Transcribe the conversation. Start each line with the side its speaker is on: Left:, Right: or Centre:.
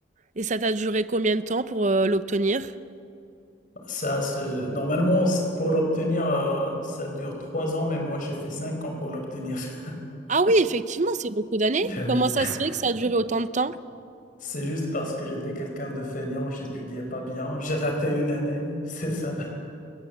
Right: Et ça t'a duré combien de temps pour euh, l'obtenir?
Left: Ça, c'est- normalement, c'est- pour l'obtenir, euh, ça dure trois ans, mais moi, j'ai fait cinq ans pour l'obtenir. <laughs>
Right: Ah oui, effectivement, c'est beaucoup d'années.
Left: Ben
Right: Comment
Left: oui.
Right: ça se fait que ça a duré autant de temps?
Left: C'est juste parce que j'étais quelqu'un de feignant, j'étudiais pas bien, j'ai raté une année, c'est ça.